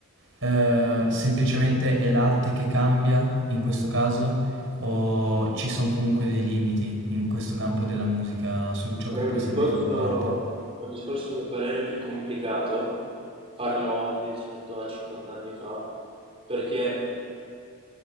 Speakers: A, on the right; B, on the right.
A: eh, semplicemente è l'arte che cambia in questo caso o ci sono comunque dei limiti in questo campo della musica su ciò
B: È
A: che
B: un
A: può
B: discorso,
A: essere definito arte?
B: è un discorso a mio parere più complicato farlo oggi rispetto a 50 anni fa, perché